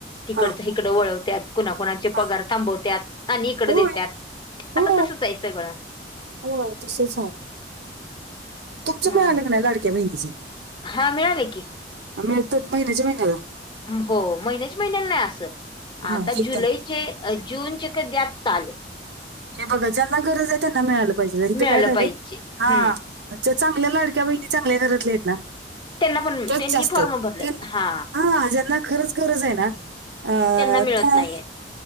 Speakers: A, on the left; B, on the right.
A: तिकडच
B: हा
A: इकड वळवत्यात. कुणाकुणा चे
B: हा
A: पगार थांबवतात आणि इकड
B: होय
A: देतात. आता
B: हो
A: तसच आहे सगळ.
B: होय तसच आहे. तुमच
A: हा
B: मिळाले का नाही लाडक्या बहिणीचे.
A: हा मिळाले की.
B: मिळत्यात महिन्याच्या महिन्याला.
A: हो महिन्याच महिन्याला नाही असं.
B: हा
A: आता
B: एकदम
A: जुलैचे जूनचे कधी आत्ता आले.
B: हे बगा ज्यांना गरज आहे त्यांना मिळालं पाहिजे इथं
A: मिळालं
B: काय झालंय.
A: पाहिजे
B: हा
A: हम्म
B: ज्या चांगल्या लाडक्या बहिणी चांगल्या घरातल्या आहेत ना.
A: त्यांना पण
B: त्याच
A: त्यांनी
B: जास्त
A: फॉर्म
B: आहे,
A: भरलेत हा
B: हा ज्यांना खरंच गरज आहे ना, अ
A: त्यांना मिळत
B: त्या
A: नाहीयेत